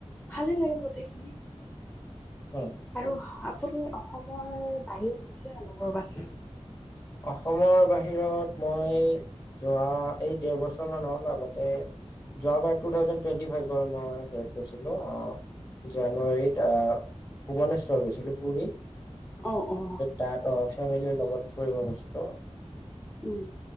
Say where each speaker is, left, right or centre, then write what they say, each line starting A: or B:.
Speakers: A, on the left; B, on the left.
A: ভালে লাগিল গোটেইখিনি
B: উম।
A: আৰু আপুনি অসমৰ বাহিৰত গৈছে নে নাই ক'ৰবাত।
B: অসমৰ বাহিৰত মই যোৱা এই দেৰ বছৰ মান হ'ল আগতে যোৱাবাৰ টু থাউজেণ্ড টুৱেণ্টি ফাইভত মই হেৰিত গৈছিলোঁ অ'। জানুৱাৰীত আহ ভূৱনেশ্বৰ গৈছিলোঁ পুুৰী
A: অ', অ'।
B: তাহাতো ফেমিলিৰ লগত ফুৰিব গৈছিলোঁ।
A: উম।